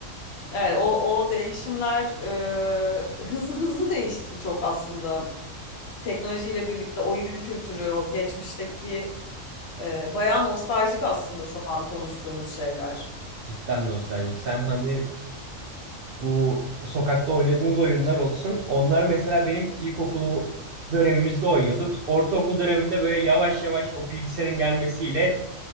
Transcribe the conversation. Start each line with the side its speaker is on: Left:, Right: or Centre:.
Left: evet, o, o değişimler e, hızlı hızlı değişti çok aslında teknolojiyle birlikte oyun kültürü, o geçmişteki e, bayağı nostaljik aslında şu an konuştuğumuz şeyler.
Right: Cidden nostaljik. Sen hani Bu sokakta oynadığınız oyunlar olsun. Onlar mesela benim ilkokulu dönemimizde oynuyorduk. Ortaokul döneminde böyle yavaş yavaş o bilgisayarın gelmesiyle